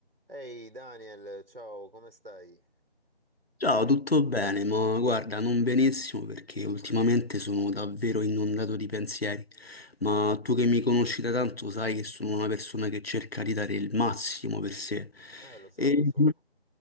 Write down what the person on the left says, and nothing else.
Ciao, tutto bene, ma guarda, non benissimo perché ultimamente sono davvero inondato di pensieri, ma tu che mi conosci da tanto sai che sono una persona che cerca di dare il massimo per sé
e